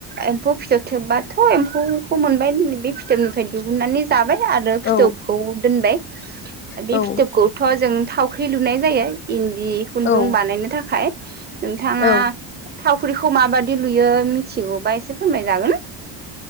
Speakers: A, on the right; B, on the left.
A: एम्फौ फिथोब थोबबाथ' एम्फौखौ मोनबाय बे फिथोबनिफ्राय दिहुननानै जाबाय। आरो
B: औ
A: फिथोबखौ दोनबाय
B: औ
A: बे फिथोबखौथ' जों थावख्रि लुनाय जायो इन दि खुन्दुं
B: औ
A: बानायनो थाखाय। नोंथाङा
B: औ
A: थावख्रिखौ माबादि लुयो मिथिगौबा एसे फोरमाय जागोन ना?